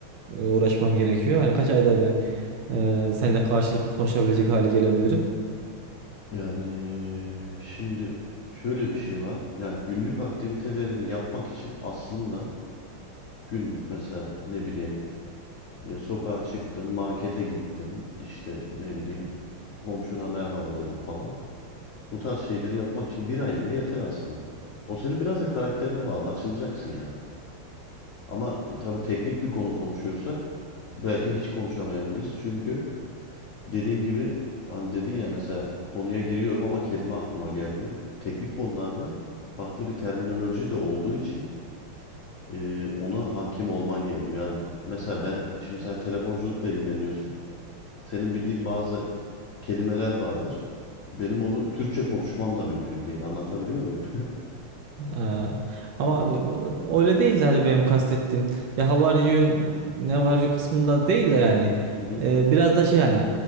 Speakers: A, on the right; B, on the left.
A: e, uğraşmam gerekiyor? Hani kaç ayda ben e, seninle karşılıklı konuşabilecek hale gelebilirim?
B: Yani eee, şimdi şöyle bir şey var. Yani günlük aktivitelerini yapmak için aslında günlük mesela ne bileyim ya sokağa çıktın, markete gittin, işte ne bileyim komşuna merhaba dedim falan. Bu tarz şeyleri yapmak için bir ay bile yeter aslında. O senin biraz da karakterine bağlı. Açılacaksın yani. Ama e, tabii teknik bir konu konuşuyorsak belki hiç konuşamayabiliriz. Çünkü dediğin gibi hani dedin ya mesela konuya giriyorum ama kelime aklıma gelmiyor. Teknik konularda farklı bir terminoloji de olduğu için e, ona hakim olman gerekiyor. Yani mesela ben şimdi sen telefonculukla ilgileniyorsun. Senin bildiğin bazı kelimeler vardır. Benim onu Türkçe konuşmam da mümkün değil. Anlatabiliyor muyum?
A: Ee, ama abi o- öyle değil de hani benim kastettiğim ya how are you ne var you kısmında değil de yani
B: <laughs> Hı hı,
A: Ee, biraz da şey hani